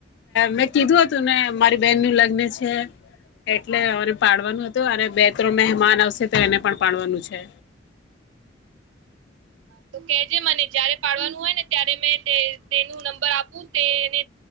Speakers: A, on the left; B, on the right.
A: મેં કીધું હતું ને મારી બેહેન નું લગ્ન છે એટલે મને પાડવાનું હતું અને બે ત્રણ મહેમાન આવશે તો એને પણ પાડવાનું છે‌.
B: તો કેજે મને જયારે પાડવાનું હોય ને ત્યારે મે તે તેનું નંબર આપું તેને